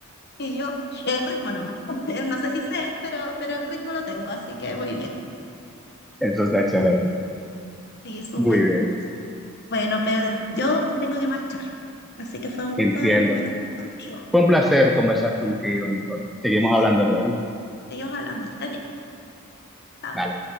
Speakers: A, on the left (about 50°); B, in the centre.
A: Y yo, el ritmo nomás, <laughs> no sé si sé, pero, pero el ritmo lo tengo, así que muy bien.
B: <laughs> Eso está excelente.
A: Sí, súper.
B: Muy bien,
A: Bueno, Pedro, yo tengo que marchar, así que fue un gusto
B: entiendo.
A: haber conversado contigo
B: Fue un placer conversar contigo, Nicole. Seguimos
A: y
B: hablando luego.
A: seguimos hablando. <laughs> Chao.
B: Dale.